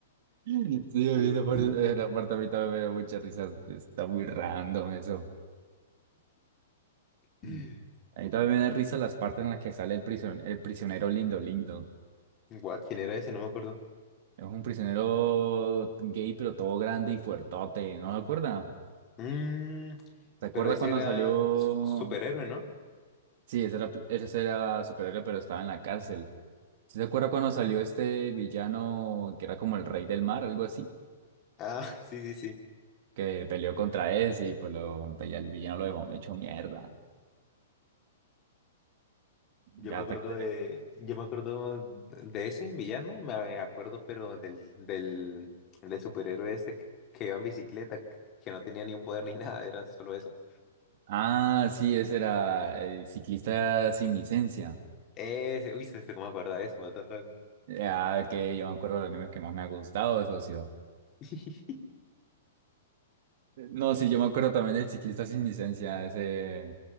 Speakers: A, on the right; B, on the left.
A: Sí,
B: Esa
A: a mí esa
B: parte
A: parte, esa parte a mí también me da mucha risa. Está muy random eso.
B: me-
A: Mm. A mí también me da risa las partes en las que sale el prision- el prisionero lindo, lindo.
B: <clears throat> What? ¿Quién era ese? No me acuerdo.
A: Es un prisionero gay, pero todo grande y fuertote, ¿no se acuerda?
B: Mm,
A: ¿Se acuerda
B: pero ese
A: cuando
B: era
A: salió?
B: su- superhéroe, ¿no?
A: Sí, ese era, ese era superhéroe, pero estaba en la cárcel. ¿Sí se acuerda cuando salió este villano que era como el rey del mar, algo así?
B: Ah, <laughs> sí, sí, sí.
A: Que peleó contra ese y pues, lo, pues ya el villano lo dejó hecho mierda.
B: Yo
A: Ya
B: me
A: hasta
B: acuerdo
A: que...
B: de, yo me acuerdo de ese villano, me acuerdo, pero del, del, del superhéroe este que que iba en bicicleta, que no tenía ni un poder ni nada, era solo eso.
A: Ah, sí, ese era el ciclista sin licencia.
B: Ese, uy, se- se- ¿cómo me acuerda de eso? What the fuck?
A: Ya que yo me acuerdo de los animes que más me ha gustado, socio.
B: <laughs>
A: No, sí, yo me acuerdo también del ciclista sin licencia, ese,